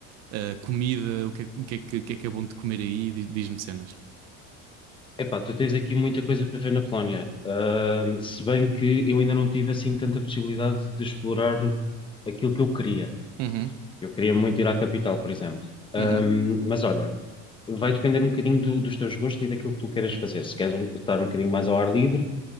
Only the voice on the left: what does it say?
Epá, tu tens aqui muita coisa para ver na Polónia. Ahm, se bem que eu ainda não tive assim tanta possibilidade de explorar o- aquilo que eu queria.
Eu queria muito ir à capital, por exemplo. Ahm,
mas olha, vai depender um bocadinho do- dos teus gostos e daquilo que tu queiras fazer. Se queres um- estar um bocadinho mais ao ar livre